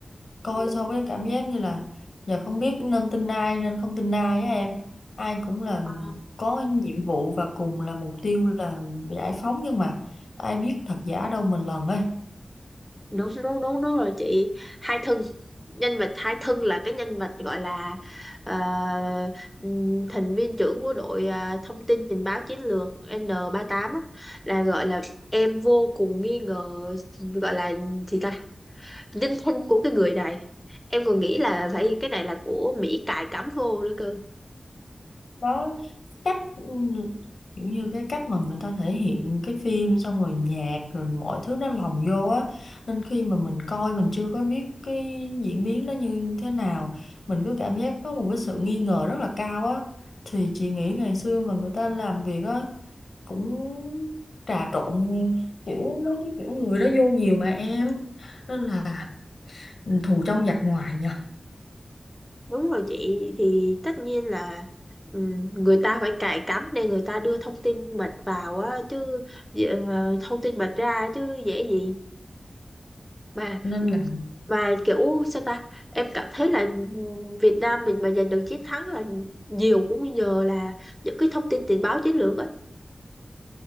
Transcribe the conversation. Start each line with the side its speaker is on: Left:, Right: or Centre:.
Left: coi xong cái cảm giác như là giờ không biết nên tin ai nên không tin ai á em ai cũng là
Centre: Ờ,
Left: có nhiệm vụ và cùng là mục tiêu là giải phóng nhưng mà ai biết thật giả đâu mình lần ấy
Centre: đúng đúng đúng đúng rồi chị hai thân nhân vật hai thân là cái nhân vật gọi là ờ, ừm, thành viên trưởng của đội à, thông tin tình báo chiến lược N38 á, là gọi là em vô cùng nghi ngờ gọi là gì ta nhân thân của cái người này em còn nghĩ là phải cái này là của Mỹ cài cắm vô nữa cơ
Left: đó cách ừ, kiểu như cái cách mà người ta thể hiện cái phim xong rồi nhạc rồi mọi thứ nó lồng vô á nên khi mà mình coi mình chưa có biết cái diễn biến nó như thế nào mình cứ cảm giác có một cái sự nghi ngờ rất là cao á thì chị nghĩ ngày xưa mà người ta làm việc á cũng trà trộn kiểu mấy cái kiểu người đó vô nhiều mà em nên là thù trong giặc ngoài nhờ
Centre: Đúng rồi chị thì tất nhiên là ừm, người ta phải cài cắm để người ta đưa thông tin mật vào á chứ ờ, thông tin mật ra chứ dễ gì mà
Left: nên
Centre: ừm,
Left: là
Centre: mà kiểu sao ta em cảm thấy là ừm, Việt Nam mình mà giành được chiến thắng là nhiều cũng nhờ là những cái thông tin tình báo chiến lược á